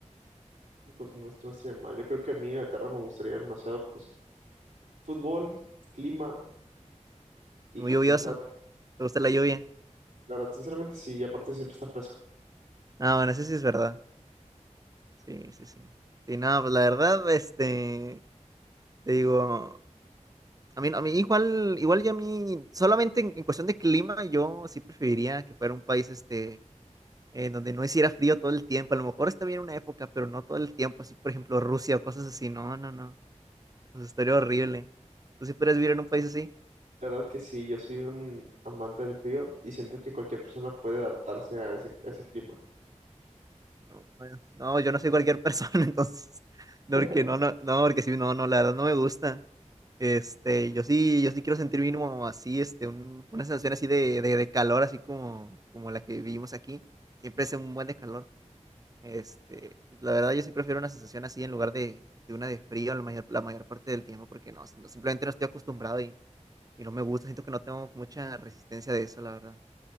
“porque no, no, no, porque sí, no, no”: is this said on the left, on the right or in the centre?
Right